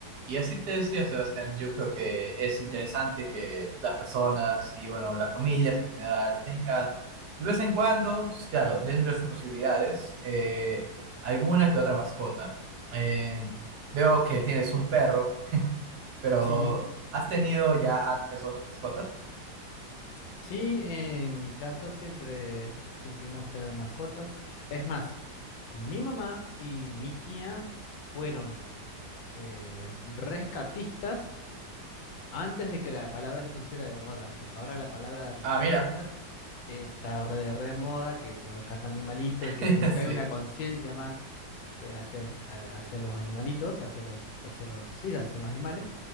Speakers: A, on the right; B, on the left.
A: Y así te decía Sebastián, yo creo que es interesante que las personas y bueno, las familias en general tengan de vez en cuando, s- claro, dentro de sus posibilidades, eh, alguna que otra mascota. Eh, veo que tienes un perro, pero
B: Sí,
A: ¿has tenido ya antes otras mascotas?
B: sí, en mi casa siempre supimos tener mascotas. Es más, mi mamá y mi tía fueron eh, rescatistas antes de que la palabra se pusiera de moda, porque ahora la palabra de rescatistas
A: Ah, mira,
B: está re de, re de moda, que rescatan animalitos
A: <laughs>
B: y que como que hay
A: sí.
B: una conciencia más eh, hacia, eh, hacia los animalitos, hacia los, hacia los, sí, hacia los animales.